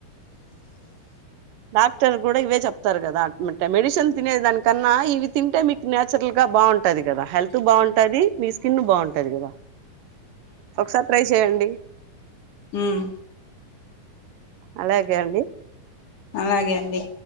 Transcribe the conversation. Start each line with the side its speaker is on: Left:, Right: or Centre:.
Right: డాక్టర్ కూడ ఇవే చెప్తారు కదా మెడిసెన్ తినేది దానికన్నా ఇవి తింటే మీకు నేచురల్ గా బాగుంటది కదా హెల్త్ బాగుంటది మీ స్కిన్ బాగుంటది కదా ఒకసారి ట్రై చెయండి
Left: హుమ్
Right: అలాగె అండి
Left: అలాగే అండి